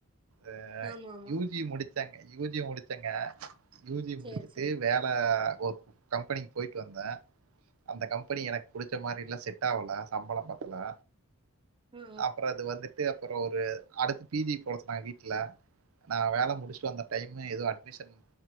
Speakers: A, on the right (about 75°); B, on the right (about 25°).
A: ஆ
B: ஆமா ஆமா
A: யூ ஜி முடிச் ச்சங்க யூ ஜி முடிச்சங்க யூக்ஷஜி
B: சேரி
A: முடிச்சுட்டு
B: சேரி
A: வே அ ஒரு கம்பெனிக்கு போயிட்டு வந்தே அந்த கம்பெனி எனக்கு புடிச்ச மாரி இல்ல செட்ட ஆவல சம்பளோ பத்துல
B: ஆ
A: அப்புறோ இது வந்துட்டு அப்புற ஒரு அடுத்து பீ ஜி போ <unintelligible> வீட்ல நா வேல முடிச்சுட்டு அந்த டைமு ஏதோ அட்மிஷன்